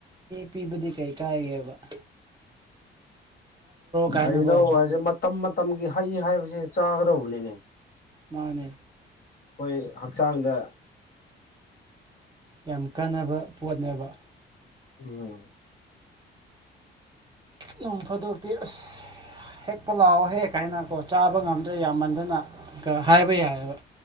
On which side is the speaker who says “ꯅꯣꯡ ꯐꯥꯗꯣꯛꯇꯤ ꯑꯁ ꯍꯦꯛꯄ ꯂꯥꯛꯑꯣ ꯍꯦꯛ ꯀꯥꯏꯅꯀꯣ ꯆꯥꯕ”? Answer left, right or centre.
Right